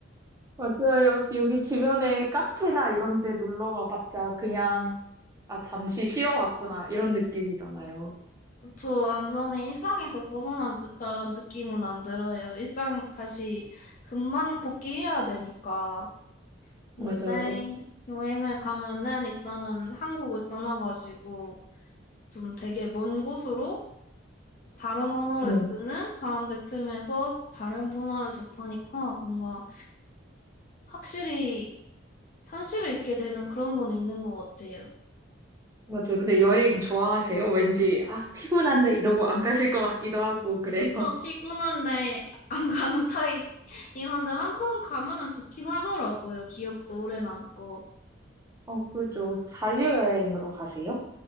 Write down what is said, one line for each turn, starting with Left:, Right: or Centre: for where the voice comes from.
Right: 맞아요. 여기 주변에 카페나 이런 데 놀러 가봤자 그냥, 아, 잠시 쉬러 왔구나. 이런 느낌이잖아요.
Left: 그쵸, 완전히 일상에서 벗어난 듯한 느낌은 안 들어요. 일상 다시 금방 복귀해야 되니까. 근데
Right: 맞아요.
Left: 여행을 가면은 일단은 한국을 떠나가지고 좀 되게 먼 곳으로 다른 언어를
Right: 네.
Left: 쓰는 사람들 틈에서 다른 문화를 접하니까 뭔가 확실히 현실을 잊게 되는 그런 건 있는 것 같아요.
Right: 맞아요. 근데 여행 좋아하세요? 왠지, 아, 피곤한데 이러고 안 가실 것 같기도 하고, 그래요. <laughs>
Left: 어, 피곤한데 안 가는 타입. 이건데 한 번 가면은 좋긴 하더라고요. 기억도 오래 남고.
Right: 어, 그죠. 자유여행으로 가세요?